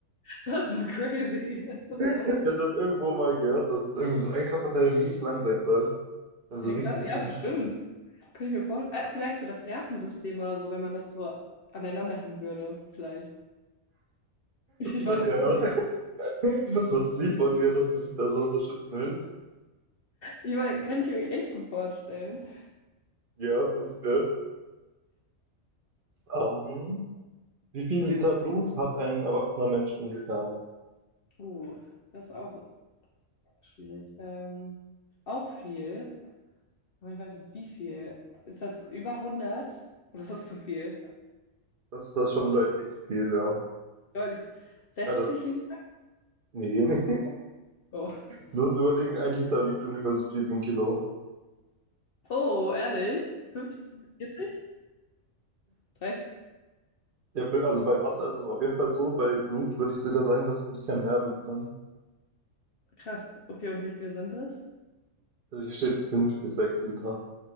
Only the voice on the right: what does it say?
ich
habe das irgendwo mal gehört, dass irgendwie so ein Körperteil mies lang sein soll. Also
richtig
lang.
Ja,
<laughs> das Lied von dir, das mich da so unterstützen will.
Ja, prinzipiell. Ähm, Wie viel Liter Blut hat ein erwachsener Mensch ungefähr?
Das, das ist schon deutlich zu viel, ja.
Ah, das,
nee, <laughs> nicht.
Du musst überlegen, ein Liter wiegt ungefähr so viel wie ein Kilo.
Ja, also bei Wasser ist es auf jeden Fall so, bei Blut würde ich sogar sagen, dass es ein bisschen mehr wiegt dann.
Also hier steht fünf bis sechs Liter.